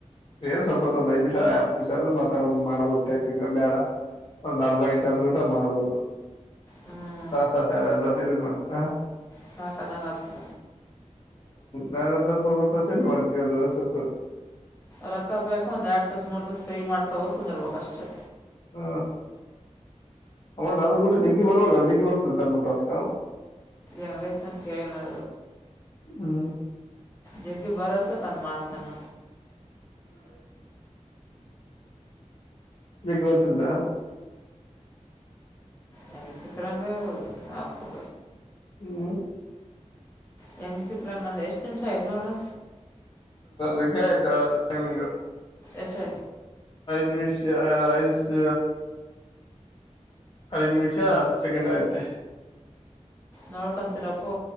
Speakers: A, on the left; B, on the left.
A: ಏನ್ ಸ್ವಲ್ಪ ಒಂದು ಐ್ ನಿಮ್ಷ ಹತ್ತು ನಿಮ್ ಆದ್ರರು ಮಾತಾಡ ಮಾಡ್ಬೋದು ಟೈಪಿಂಗ ಬೇಡ ಒಂದ್ ಅರ್ಧ ಗಂಟೆ ಅಂದ್ರೂಟ ಮಾಡ್ಬೋದು
B: ಹ್ಮ್
A: ತಾಸ ತಾಸ ಅಡ ತಾಸ ಎಲ್ಲ ಮತ್ತ
B: ಸಾಕದಂಗ ಆತ
A: ನಾಾನವತ್ತು ತಾಸ ಮೂವತ್ತು ತಾಸ ಲ್ಲಿ ಮಾಡ್ತೀವಿ ಅದ ಅಷ್ಟೊತ್ತು
B: ರೊಕ್ಕಬೇಕು ಒಂದು ಎರಡು ತೋಸ ಮೂರು ತೋಸ ಫ್ರೀ ಮಾಡ್ಕೋಬೇಕು ಕುಂದಿರ್ಬೋ ಅಷ್ಟೇ
A: ಹ ಅಮ್ಮಂಟ ಅದ ಗೂಡ ಜಗ್ಗಿ ಬರುವವಾಗ ಜಗ್ಗಿ ಬರ್ತ ಅಮ್ಮಂಟ ಅದ್ಕ
B: ಎಂಗತ ಕೇಳದು
A: ಹ್ಮ್
B: ಜಗ್ಗ ಬರೋದಕ ತಾನ ಮಾಡ್ತಾನ
A: ಬಗ್ ಗತಂತ
B: ನ ಚಕ್ಕರಂಗ ನಪ್ಪು
A: ಹ್ಮ್
B: ಹೆಂಗ ಸಿತ್ರಂಗಂದ ಎಷ್ಟ್ ನಿಮಿಷ ಆಯ್ತು ನೋಡು
A: ಅಾಯ್ತಾ ಅ ನಿಮಿಂಗ
B: ಎಷ್ಟ
A: ನಿಮಷ ಇ ಐದು ನಿಮಿಷ ಹತ್ತು ಸೆಕೆಂಡ್ ಆಯತೆೆ
B: ನೋಡ್ಕಂತೀರಪ್ಪ